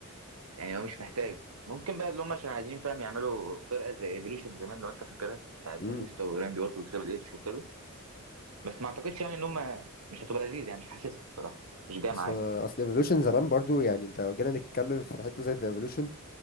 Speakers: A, on the right; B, on the left.
A: يعني هو مش محتاج ممكن بقى اللي هم عشان عايزين فاهم يعملوا فرقه زي ايفولوشن زمان لو انت فاكرها بتاعت
B: امم
A: باتيستا وراندي اورتون وتريبل اتش وكده بس ما اعتقدش يعني ان هم مش هتبقى لذيذ يعني مش حاسسها بصراحه مش جايه
B: اصل
A: معايا
B: اصل ايفولوشن زمان برضو يعني انت لو جينا نتكلم في حتة زي ايفولوشن